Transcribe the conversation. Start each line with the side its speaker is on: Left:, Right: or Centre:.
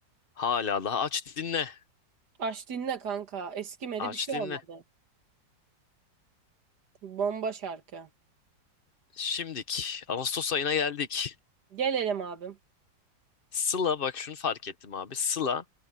Left: Hala daha aç dinle.
Right: Aç dinle kanka. Eskimedi
Left: Aç
Right: bir şey
Left: dinle.
Right: olmadı. Bomba şarkı.
Left: Şimdik. Ağustos ayına geldik.
Right: Gelelim abim.
Left: Sıla bak şunu fark ettim abi. Sıla